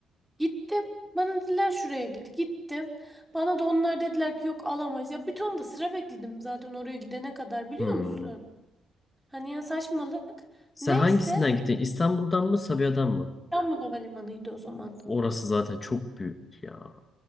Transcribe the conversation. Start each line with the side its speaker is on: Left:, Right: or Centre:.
Centre: Gittim. Bana dediler şuraya git. Gittim. Bana da onlar dediler ki yok alamayız. Ya bir ton da sıra bekledim zaten oraya gidene kadar biliyor
Left: Hı.
Centre: musun? Hani ya saçmalık.
Left: Sen
Centre: Neyse
Left: hangisinden gittin? İstanbul'dan mı Sabiha'dan mı?
Centre: İstanbul Havalimanı'ydı o zaman.
Left: Orası zaten çok büyük ya.